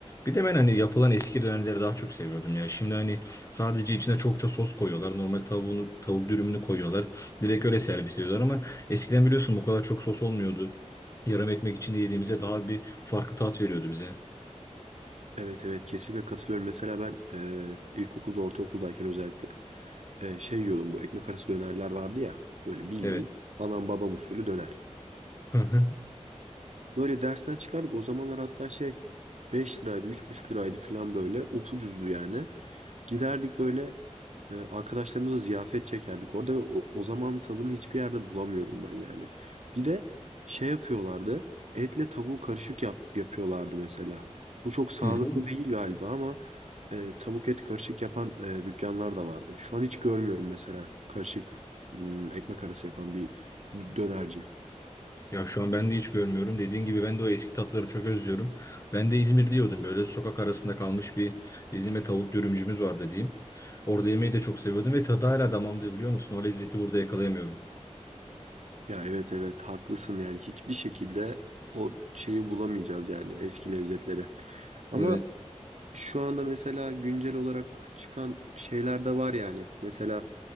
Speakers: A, on the left; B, on the right.
A: Bir de ben hani yapılan eski dönerleri daha çok seviyordum ya. Şimdi hani sadece içine çokça sos koyuyorlar. Normal tavuğunu, tavuk dürümünü koyuyorlar. Direkt öyle servis ediyorlar ama eskiden biliyorsun bu kadar çok sos olmuyordu. Yarım ekmek içinde yediğimize daha bir farklı tat veriyordu bize.
B: Evet evet kesinlikle katılıyorum. Mesela ben e, ilkokulda ortaokuldayken özellikle e, şey yiyordum bu ekmek arası dönerler vardı ya. Böyle bildiğin
A: Evet.
B: anam babam usulü döner.
A: Hı hı.
B: Böyle dersten çıkardık. O zamanlar hatta şey 5 liraydı, 3,5 liraydı falan böyle. Upucuzdu yani. Giderdik böyle e, arkadaşlarımıza ziyafet çekerdik orada ve o, o zaman tadını hiçbir yerde bulamıyorum ben yani. Bir de şey yapıyorlardı. Etle tavuğu karışık yap, yapıyorlardı mesela. Bu çok sağlıklı
A: Hı hı.
B: değil galiba ama e, tavuk et karışık yapan e, dükkanlar da vardı. Şu an hiç görmüyorum mesela karışık hmm, ekmek arası yapan bir dönerci.
A: Ya şu an ben de hiç görmüyorum. Dediğin gibi ben de o eski tatları çok özlüyorum. Ben de İzmir diyordum. Böyle sokak arasında kalmış bir İzmir'de tavuk dürümcümüz vardı diyeyim. Orada yemeği de çok seviyordum ve tadı hala damağımda biliyor musun? O lezzeti burada yakalayamıyorum.
B: Ya evet evet haklısın yani hiçbir şekilde o şeyi bulamayacağız yani eski lezzetleri. Ama
A: Evet.
B: şu anda mesela güncel olarak çıkan şeyler de var yani. Mesela